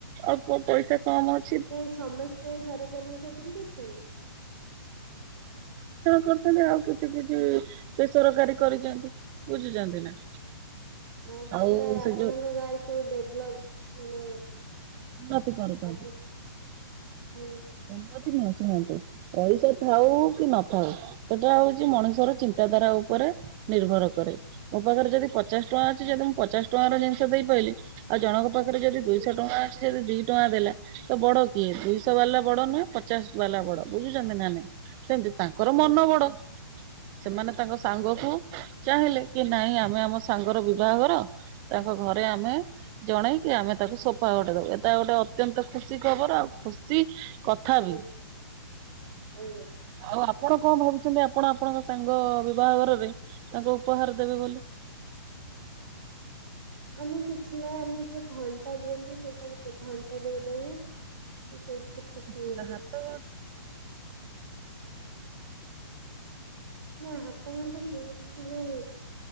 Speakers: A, on the right; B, on the right.
A: ଅଳ୍ପ ପଇସା କମ ଅ
B: ନାଇଁ ସମସ୍ତେ ସରକାରୀ ଚାକିରି କରିଛନ୍ତି?
A: <unintelligible> ଆଉ କିଛି କିଛି ବେସରକାରୀ କରିଛନ୍ତି। ବୁଝୁଛନ୍ତି ନା?
B: ତାହେଲେ
A: ଆଉ
B: ଆପଣଙ୍କ
A: ସେ ଯୋଉ
B: ଗାଁରେ ସବୁ ଡେଭଲପ୍ ମାନେ
A: ମତେ କରୁଚନ୍ତି।
B: ଅଧିକ <unintelligible>
A: ଉନ୍ନତି ନୁହଁ ଶୁଣନ୍ତୁ, ପଇସା ଥାଉ କି ନଥାଉ ସେଟା ହଉଚି ମଣିଷର ଚିନ୍ତାଧାରା ଉପରେ ନିର୍ଭର କରେ। ମୋ ପାଖରେ ଯଦି ପଚାଶ ଟଙ୍କା ଅଛି, ଯଦି ମୁଁ ପଚାଶ ଟଙ୍କାର ଜିନିଷ ଦେଇ ପାଇଲିି ଆଉ ଜଣଙ୍କ ପାଖରେ ଯଦି
B: ଆଜ୍ଞା
A: ଦୁଇଶହ ଟଙ୍କା ଅଛି ସେ ଦୁଇ ଟଙ୍କା ଦେଲା ତ ବଡ କିଏ ଦୁଇଶହ ବାଲା ବଡ ନୁହଁ ପଚାଶ ବାଲା ବଡ। ବୁଝୁଛନ୍ତି ନା ନାଇଁ? ସେମତି ତାଙ୍କର
B: ଆଜ୍ଞା
A: ମନ ବଡ। ସେମାନେ ତାଙ୍କ ସାଙ୍ଗକୁ ଚାହିଁଲେ କି ନାଇଁ ଆମେ ଆମ ସାଙ୍ଗର ବିବାଘର ତାଙ୍କ ଘରେ ଆମେ ଜଣେଇକି ଆମେ ତାକୁ ସୋଫା ଗୋଟେ ଦବୁ ଏଟା ଗୋଟେ ଅତ୍ୟନ୍ତ ଖୁସି ଖବର ଆଉ ଖୁସି କଥାବିି।
B: ଆଜ୍ଞା ଆଜ୍ଞା।
A: ଆଉ ଆପଣ କଣ ଭାବୁଛନ୍ତି ଆପଣ ଆପଣଙ୍କ ସାଙ୍ଗ ବିବାଘରରେ ତାଙ୍କୁ ଉପହାର ଦେବେ ବୋଲି।
B: ଆମେ କିଛି ନାହିଁ ଆମେ ଯୋଉ ଘଣ୍ଟା ଦିଅନ୍ତି ସେଇଟା କେ ଘଣ୍ଟା ଦେଇଦବୁ। ସେ <unintelligible> ହେଇଯିବେ
A: ତା ହାତ
B: ନା ହାତ ଘଣ୍ଟା ନୁହେଁ ସେ ଯଉ